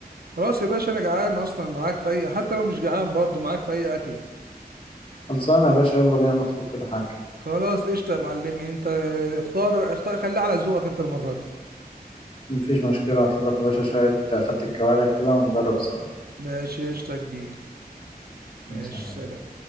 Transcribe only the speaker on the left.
خلصانه يا باشا يلا بينا نطلب كده حاجه
مفيش مشكلة هطلب لك يا باشا شوية فتة كوارع كده ونجرب سوا
ماشي يا حبيبي